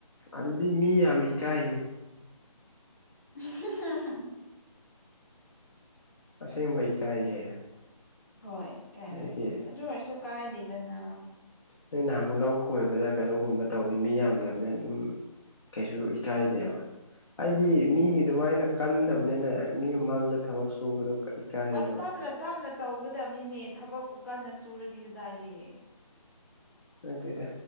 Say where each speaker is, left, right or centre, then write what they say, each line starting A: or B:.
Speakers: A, on the left; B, on the left.
A: ꯑꯗꯨꯗꯤ ꯃꯤ ꯌꯥꯝ ꯏꯀꯥꯏꯅꯦ
B: <unintelligible>
A: ꯑꯁꯦꯡꯕ ꯏꯀꯥꯏꯍꯦ
B: ꯍꯣꯏ ꯏꯀꯥꯏꯔꯝꯒꯅꯤ
A: ꯑꯩꯒꯤ
B: ꯑꯗꯨ ꯑꯣꯏꯔꯁꯨ ꯀꯥꯏꯗꯦꯗꯅ
A: ꯅꯣꯏ ꯅꯍꯥꯟꯃꯨꯛ ꯂꯧ ꯈꯣꯏꯕꯗ ꯀꯩꯅꯣꯒꯨꯝꯕ ꯇꯧꯔꯗꯤ ꯃꯤ ꯌꯥꯝꯗꯕꯅ ꯑꯗꯨꯝ ꯀꯩꯁꯨ ꯏꯀꯥꯏꯗꯦꯕ
B: ꯎꯝ
A: ꯍꯥꯏꯗꯤ
B: ꯍꯣꯏ
A: ꯃꯤꯒꯤ ꯑꯗꯨꯃꯥꯏꯅ ꯀꯟꯗꯕꯅꯤꯅ ꯃꯤ ꯃꯃꯥꯡꯗ ꯊꯕꯛ ꯁꯨꯕꯗꯣ ꯏꯀꯥꯏꯌꯦꯕ
B: ꯑꯁ ꯇꯞꯅ ꯇꯞꯅ ꯇꯧꯒꯗꯕꯅꯤꯅꯦ ꯊꯕꯛꯄꯨ ꯀꯟꯅ ꯁꯨꯔꯗꯤ ꯀꯗꯥꯏꯗꯒꯤ
A: ꯅꯠꯇꯦꯗ